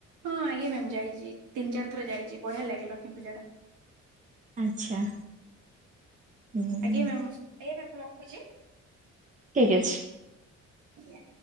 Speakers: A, on the right; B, on the right.
A: ହଁ ଆଜ୍ଞା ମ୍ୟାମ୍ ଯାଇଚି ତିନି ଚାରି ଥର ଯାଇଚି ବଢ଼ିଆ ଲାଗେ ଲକ୍ଷ୍ମୀ ପୂଜାଟା।
B: ଆଚ୍ଛା। ହୁଁ
A: ଆଜ୍ଞା ମ୍ୟାମ ଏ ମ୍ୟାମ୍ ରଖୁଚି।
B: ଠିକ୍ ଅଛି।
A: ଆଜ୍ଞା।